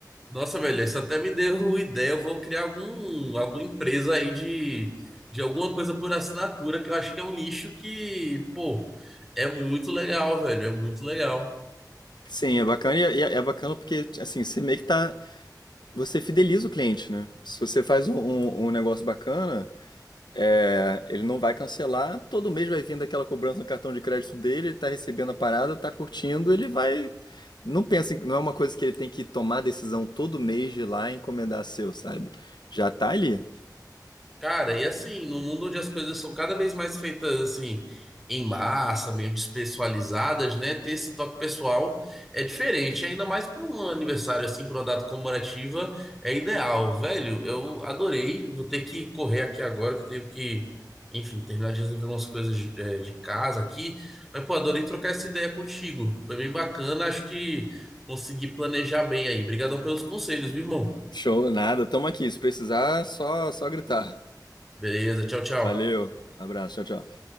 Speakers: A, in the centre; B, on the left (about 85°).
A: Nossa, velho, isso até me deu <laughs> ideia. Eu vou criar algum, alguma empresa aí de, de alguma coisa por assinatura, que eu acho que é um nicho que, pô, é muito legal, velho. É muito legal.
B: Sim, é bacana e é, é bacana porque assim, você meio que tá Você fideliza o cliente, né? Se você faz um, um- um negócio bacana, é, ele não vai cancelar, todo mês vai vindo aquela cobrança no cartão de crédito dele, ele tá recebendo a parada, tá curtindo, ele vai. Não pensa, em- não é uma coisa que ele tem que tomar decisão todo mês de ir lá e encomendar seu, sabe? Já tá ali.
A: Cara, e assim, no mundo onde as coisas são cada vez mais feitas assim, em massa, meio despessoalizadas, né? Ter esse toque pessoal é diferente, ainda mais para um aniversário assim, para uma data comemorativa, é ideal. Velho, eu adorei. Vou ter que correr aqui agora, que eu tenho que, enfim, terminar de resolver umas coisas é, de casa aqui. Mas, pô, adorei trocar essa ideia contigo. Foi bem bacana, acho que consegui planejar bem aí. Obrigadão pelos conselhos, viu, irmão?
B: Show, nada, tamo aqui. Se precisar, só, só gritar.
A: Beleza, tchau, tchau.
B: Valeu, abraço, tchau, tchau.